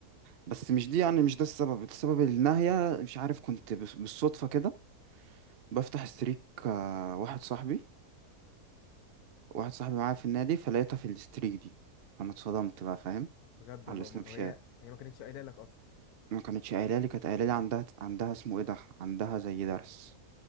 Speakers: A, on the right (about 55°); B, on the left (about 75°).
A: بس مش دي يعني مش ده السبب السبب النهاية مش عارف كنت بس- بالصدفة كده بفتح ستريك آه، واحد صاحبي واحد صاحبي معايا في النادي فلقيتها في الستريك دي فانا اتصدمت بقى فاهم
B: بجد
A: على
B: والله
A: السناب
B: ما-
A: شات
B: هي هي ما كانتش قايله لك اصلا
A: ما كانتش قايله لي كانت قايله لي عندها عندها اسمه ايه ده عندها زي درس